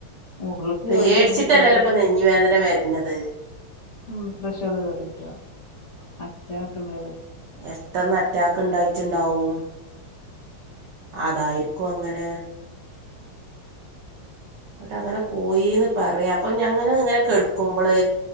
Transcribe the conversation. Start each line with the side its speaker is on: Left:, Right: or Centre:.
Left: ഉള്ള്ക്ക്
Right: പേടിച്ചിട്ടല്ലല്ലോപ്പ
Left: കേറിയപ്പോ ചെലപ്പോ പേടിച്ചിട്ടും
Right: നെഞ്ഞ് വേദന വര്ന്നത്
Left: ഉം പ്രഷറ് കേറിയിറ്റൊ അറ്റാക്കണ്ടത്
Right: പെട്ടന്ന് അറ്റാക്ക് ഇണ്ടായിറ്റ്ണ്ടാവും അതായിരിക്കുഅങ്ങനെ ന്നട്ടങ്ങനെ പോയിന്ന് പറയാ. പ്പ ഞങ്ങളങ്ങനെ കെട്കുമ്പ്ള്